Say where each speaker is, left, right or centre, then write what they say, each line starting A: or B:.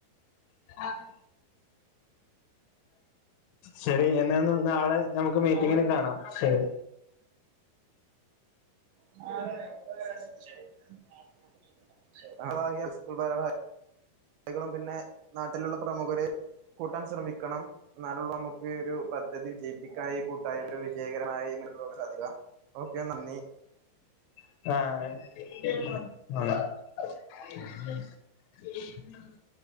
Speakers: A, on the left; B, on the right.
A: <unintelligible> ശരി എന്നെ ഒന്ന് നാളെ നമുക്ക് മീറ്റിങ്ങന് കാണാം ശരി
B: <unintelligible> സ്കൂൾ ഭാര ളികളും പിന്നെ നാട്ടിലുള്ള പ്രമുഖരെ കൂട്ടാൻ ശ്രമിക്കണം എന്നാലെ ഒള്ളു അമ്മക്ക് ഒരു പദ്ധതി വിജയിപ്പിക്കാൻ ഈ കൂട്ടായ്മ വിജയകരമായിമുന്നോട്ട് പോവാൻ സാധിക്ക ഓക്കെ നന്ദി
A: <unintelligible>